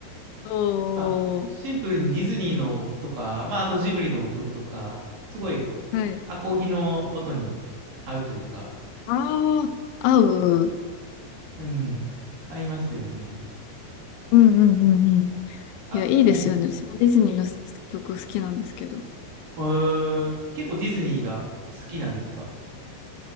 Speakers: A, on the left (about 85°); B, on the right (about 55°).
A: おー、
B: やっぱ、シンプルにディズニーのとか、
A: や
B: まあ、あとジブリの曲とか、すごい、
A: はい。
B: アコギの音に合うというか、
A: ああ、合う。
B: うん、合いますよね。
A: うんうんうんうん。
B: あ、
A: いや、いいですよね。
B: はい。
A: 私もディズニーの曲好きなんですけど。
B: えー、結構ディズニーが好きなんですか